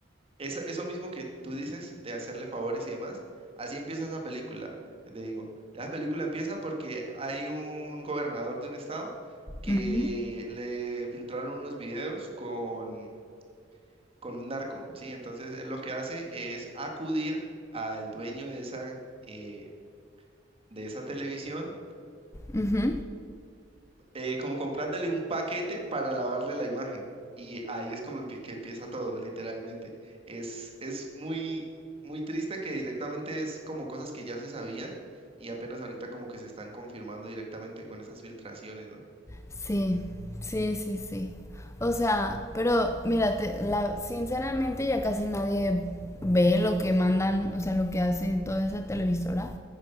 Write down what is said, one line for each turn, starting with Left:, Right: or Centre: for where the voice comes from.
Right: Eso, eso mismo que tú dices de hacerle favores y demás, así empieza esa película. que Te digo, la película empieza porque hay un gobernador de un estado que
Left: Ujú,
Right: le filtraron unos videos con, con un narco, ¿sí? Entonces él lo que hace es acudir al dueño de esa, eh, de esa televisión
Left: ujú.
Right: eh, como comprándole un paquete para lavarle la imagen. Y ahí es como empie- que empieza todo, literalmente. Es, es muy, muy triste que directamente es como cosas que ya se sabían y apenas ahorita como que se están confirmando directamente con esas filtraciones, ¿no?
Left: Sí, sí, sí, sí. O sea, pero mira, te- la, sinceramente ya casi nadie ve lo que mandan, o sea, lo que hace toda esa televisora.